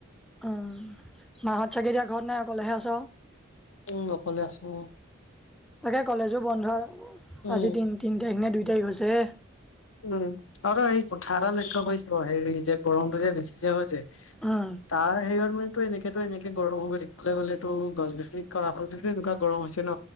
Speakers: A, in the centre; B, on the left.
A: উম, মাহঁত চাগে এতিয়া ঘৰত নাই অকলেহে আছ আৰু?
B: উম, অকলে আছোঁ।
A: তাকে, কলেজো বন্ধ
B: উম
A: আজি তি তিনি তাৰিখ নে দুই তাৰিখ হৈছেহে।
B: উম, আৰু এই কঠা এটা লক্ষ্য কৈছোঁ হেৰি যে গৰমটো যে বেছি যে হৈছে।
A: উম,
B: তাৰ হেৰিয়ত মাইতো এনেকে সেতটো এনেকে গৰম হৈ গৈ থাকিবলৈ গ'লেতো গছ গছনি কটাৰ ফলতে এনেকুৱা গৰম হৈছে ন।